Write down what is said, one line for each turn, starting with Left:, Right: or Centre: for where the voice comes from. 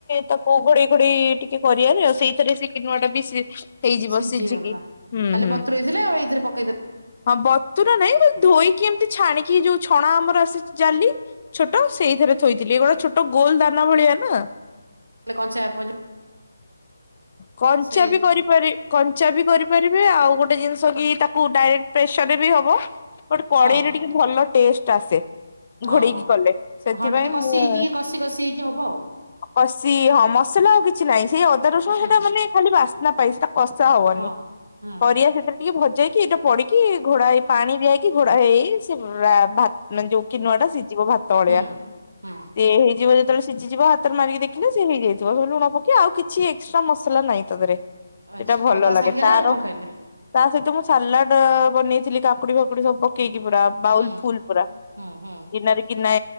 Left: ତାକୁ କୋଉ ଘୋଡେଇ ଘୋଡେଇ ଟିକେ କରିବାରେ ଆଉ ସେଇଥିରେ ସେ କି ନୂଆ ଟା ବି ହେଇଯିବ
Right: ସିଝିଗଲା
Left: ସିଝିକି ହୁଁ
Right: ଖାଲି
Left: ହୁଁ
Right: ବତୁରେଇ ଦେଲେ ଏଇଥିରେ ପକେଇଦଲେ।
Left: ହଁ ବତୁର ନାଇଁ ଧୋଇକି ଏମତି ଛାଣିକି ଯୋଉ ଛଣା ଆମର ଆସିଛି ଜାଲି। ଛୋଟ ସେଇଥିରେ ଥୋଇଥିଲ ଏ ଗୋଟେ ଛୋଟ ଗୋଲ ଦାନା ଭଳିଆ ନା।
Right: ହେଲେ କଞ୍ଚା ଆପୁ
Left: କଞ୍ଚା
Right: ସେଇ
Left: ବି କରିପାରିବ। କଞ୍ଚା ବି କରିପାରିବି ଆଉ ଗୋଟେ ଜିନିଷ କି ତାକୁ ଡାଇରେକ୍ଟ ପ୍ରେସରରେ ବି ହବ। ଗୋଟେ କଡେଇରେ
Right: ହଁ
Left: ଟିକେ ଭଲ ଟେଷ୍ଟ ଆସେ।
Right: ହଉ
Left: ଘୋଡେଇକି
Right: ହଉ
Left: କଲେ ସେଥିପାଇଁ
Right: ହଁ ଟିକେ କଷି
Left: ମୁଁ।
Right: ହେଇକି କଷି କଷି ହେଇକି ହବ ଆଉ
Left: ଅଶି ହଁ ମସଲା ଆଉ କିଛି ନାହିଁ ସେଇ ଅଦା ରସୁଣ
Right: ହଁ
Left: ସେଇଟା ମାନେ। ନାଇଁ ଖାଲି ବାସ୍ନା ପାଇ ସେଇଟା କଷା ହବନି
Right: ହଁ ହୁଁ
Left: ପରିବା ସେଥିରେ। ଟିକେ ଭଜେଇକି ଏଇଟା ପଡିକି ଘୋଡା ହେଇ ପାଣି ଦିଆଇକି ଘୋଡା ହେଇ ସେ ଭାନେ ଯୋଉ କି ନୁଆଟା। ଯିବ ଭାତ ଭଳିଆ
Right: ହୁଁ ହୁଁ
Left: ସିଏ ହେଇଯିବ ଯେତେବେଳେ ସିଝିଯିବ ହାତରେ ମାରିକି ଦେଖିଲେ ସିଏ ହେଇଯାଇଥିବ। ଲୁଣ ପକେଇ ଆଉ କିଛି ଏକ୍ସଟ୍ରା ମସଲା ନାହିଁ ପାଖରେ।
Right: ଆଚ୍ଛା
Left: ସେଟା ଭଲ
Right: ଆଉ ତା
Left: ଲାଗେ
Right: ସାଙ୍ଗରେ
Left: ତାର।
Right: ଆଉ କଣ ଖାଇଲେ
Left: ତା ସହିତ ମୁଁ ସାଲାଡ ବନେଇଥିଲି କାକୁଡି ଫାକୁଡି ସବୁ ପକେଇକି ପୁରା। ବାଉଲ
Right: ହୁଁ
Left: ଫୁଲ ପୁରା
Right: ହୁଁ ହୁଁ
Left: ଦିନରେ କିନା